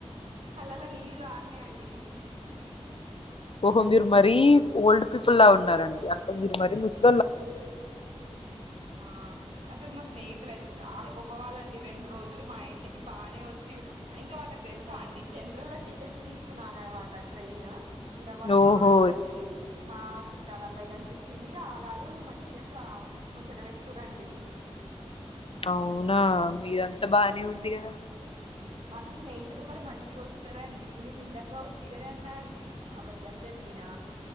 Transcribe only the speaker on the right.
కళ్ళల్లో నీళ్లు గారినయి అండి
ఆ అసలు మా స్నే <unintelligible> అయితే చాలా గొప్ ప్పవాలండి రెండు రోజులు మా ఇం ఇంటికి బానే వచ్చిరు ఇంకా వాళ్ళకి తెలుసా అండి జనరల్ లో టికెట్లు తీసుకున్నాను అన్నమాట. ట్రైన్ ఇంకా వాళ్ళు
బానే మా స్నేహితి మా చుట్టాల అబ్బాయి గాని <unintelligible> ఆలా డు మంచిగా ముచ్చట పెట్టుకురండి
మాకు స్నేహితులు మరి మంచిగా వస్తారండి మేమి ఇందాక ఉత్తిగానే అన్నా అండి అబద్దం చెప్పినా